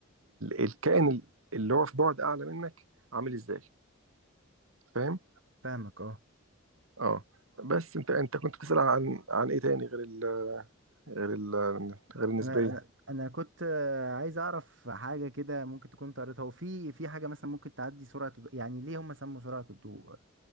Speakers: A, on the right (about 75°); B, on the right (about 60°).
A: الكائن اللي هو في بعد اعلى منك عامل ازاي فاهم
B: فاهمك أه
A: اه بس انت انت كنت بتسأل عن عن ايه تاني غير ال غير ال غير النسبية
B: أنا أنا أنا كنت آه، عايز أعرف حاجة كده ممكن تكون أنت قريتها وفي في حاجة مثلا ممكن تعدي سرعة الضوء يعني ليه هم سموا سرعة الضوء